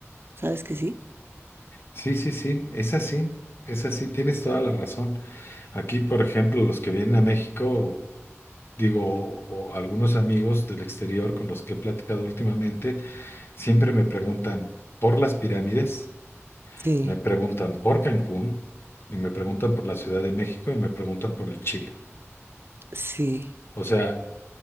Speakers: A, on the right; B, on the left.
A: ¿sabes que sí?
B: Sí, sí, sí, es así, es así, tienes toda la razón. Aquí, por ejemplo, los que vienen a México, digo, o algunos amigos del exterior con los que he platicado últimamente, siempre me preguntan por las pirámides,
A: Sí,
B: me preguntan por Cancún, y me preguntan por la Ciudad de México y me preguntan por el Chile.
A: sí,
B: O sea,